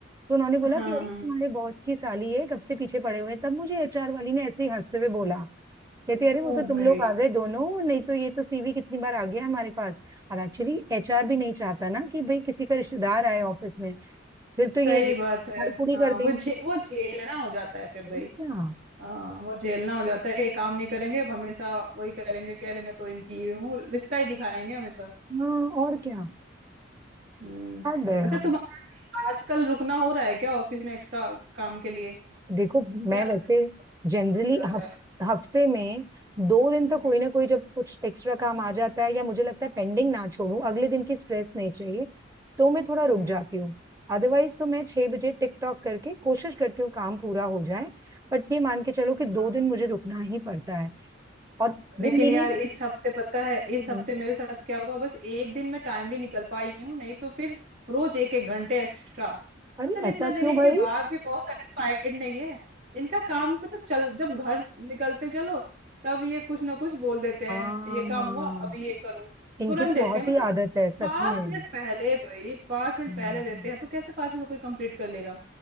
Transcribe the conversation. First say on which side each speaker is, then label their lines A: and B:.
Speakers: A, on the right; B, on the right.
A: तो उन्होंने बोला
B: हाँ
A: कि अरे
B: हाँ
A: तुम्हारे बॉस की साली है कब से पीछे पड़े हुए हैं तब मुझे एचआर वाली ने ऐसे ही हंसते हुए बोला कहती अरे वो
B: ओ
A: तो तुम
B: भाई
A: लोग आ गए दोनों नहीं तो ये तो सीवी कितनी बार आ गया हमारे पास अब एक्चुअली एचआर भी नहीं चाहता ना कि भाई किसी का रिश्तेदार आए ऑफिस में फिर तो ये
B: सही बात है
A: हड़पुड़ी
B: हाँ
A: कर देंगे
B: वो झे, वो झेलना हो जाता है फिर भाई
A: और क्या
B: हाँ वो झेलना हो जाता है कि ये काम नहीं करेंगे अब हमेशा वही करेंगे कह रहे मैं तो इनकी ये हूँ रिश्ता ही दिखाएंगे हमेशा
A: हाँ और क्या
B: हम्म
A: हद है
B: अच्छा
A: हाँ।
B: तुम्हारा आजकल रुकना हो रहा है क्या ऑफिस में एक्स्ट्रा काम के लिए
A: देखो मैं
B: यार
A: वैसे
B: मुझे तो
A: जनरली
B: बहुत हो जाता है
A: हफ्ते में दो दिन तो कोई
B: हम्म
A: ना कोई जब कुछ एक्स्ट्रा काम आ जाता है या मुझे लगता है पेंडिंग ना छोड़ूं अगले दिन की स्ट्रेस नहीं चाहिए तो मैं थोड़ा रुक
B: हम्म
A: जाती हूँ अदरवाइज तो मैं छह बजे टिकटॉक करके कोशिश करती हूँ काम पूरा हो जाए बट ये मान के चलो कि दो
B: हाँ।
A: दिन मुझे रुकना ही पड़ता है और वो
B: लेकिन
A: मेरी
B: यार इस हफ्ते पता है इस
A: हम्म,
B: हफ्ते मेरे साथ क्या हुआ बस एक दिन मैं टाइमली निकल पाई हूँ नहीं तो फिर रोज एक एक घंटे एक्स्ट्रा
A: अरे
B: मतलब इतना
A: ऐसा
B: देने
A: क्यों भाई
B: के बाद भी बहुत सेटिस्फाइड नहीं है इनका काम पता चल जब घर निकलते चलो तब ये कुछ ना कुछ बोल देते
A: हाँ
B: हैं ये काम हुआ अभी ये करो
A: इनकी
B: तुरंत
A: तो
B: देते
A: बहुत
B: हैं मतलब
A: ही आदत है सच
B: पांच
A: में
B: मिनट पहले भाई पांच मिनट
A: हम्म।
B: पहले देते हैं तो कैसे पांच मिनट कोई कंप्लीट कर लेगा